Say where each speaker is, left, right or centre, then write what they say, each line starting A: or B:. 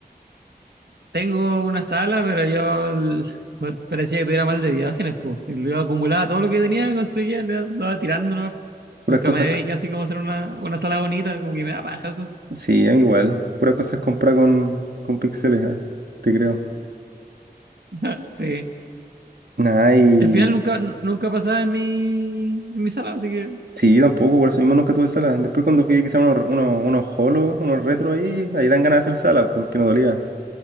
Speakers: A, on the right; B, on the right.
A: Tengo una sala, pero yo l- <laughs> parecía que tuviera mal de Diógenes, pues. Si lo acumulaba todo lo que tenía, conseguía, le- lo iba tirando, ¿no?
B: Puras
A: Nunca
B: cosas.
A: me dediqué
B: co-
A: así como a hacer una, una sala bonita, como que me da paja eso.
B: Sí, a mí igual. Puras cosas compradas con, con píxeles, ah, te creo.
A: <laughs> Sí.
B: Nada, y.
A: El final nunca, n- nunca pasaba en mi, en mi sala, así que
B: Sí, yo tampoco, por eso mismo nunca tuve sala. Después cuando jugué quizá unos, unos, unos holos, unos retros ahí, ahí dan ganas de hacer salas, porque no dolía.